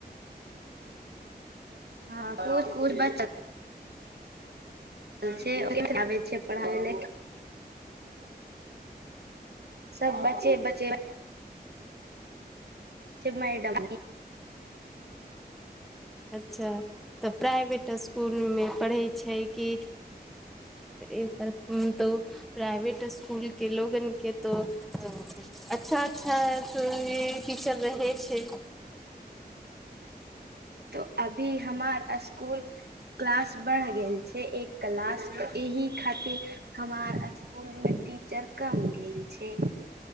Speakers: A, on the right; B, in the centre.
A: हँ कु कुछ बच च के आबै छैय पढ़ाबै ल सब बचे बचे माइडम
B: अच्छा तऽ प्राइवेट स्कूलमे पढ़ैत छैय कि एकर तऽ प्राइवेट स्कूलके लोगनके तो अच्छा अच्छा ह त टीचर रहे छैय
A: त अभी हमार स्कूल क्लास बढ़ गेल छैय एक क्लास तऽ एहि खातिर हमार स्कूल मे टीचर कम गेल छैय।